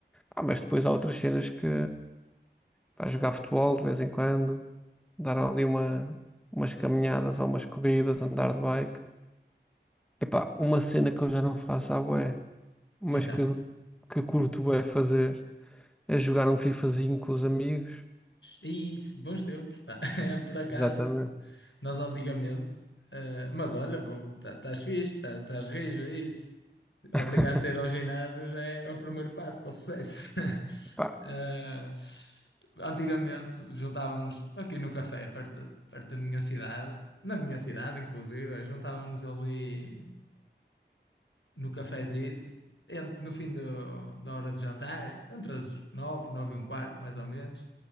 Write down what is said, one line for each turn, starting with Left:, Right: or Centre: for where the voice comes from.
Centre: Ah, mas depois há outras cenas que pá, jogar futebol de vez em quando, dar ali uma, umas caminhadas ou umas corridas, andar de bike. Epá, uma cena que eu já não faço à bué, mas
Left: Então.
Centre: que, que curto bué fazer, é jogar um FIFAzinho com os amigos.
Left: É isso, bons tempos, pá. <laughs> Por acaso,
Centre: Exatamente.
Left: nós antigamente. eh, mas olha, estás fixe, tá, estás rijo aí. Obrigaste
Centre: <laughs>
Left: a ir ao ginásio já é o primeiro passo para o sucesso. <laughs>
Centre: Pá,
Left: Eh, antigamente juntávamos aqui no café, perto, perto da minha cidade, na minha cidade, inclusive, eh, juntávamos ali no cafezito, ent- no fim do- da hora de jantar, entre as nove, nove e um quarto, mais ou menos,